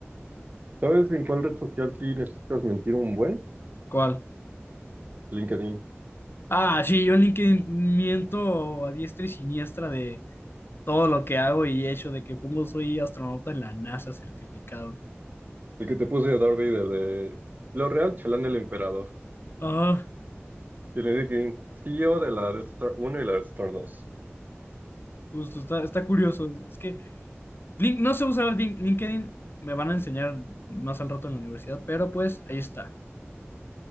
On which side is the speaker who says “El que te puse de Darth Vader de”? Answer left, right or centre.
Right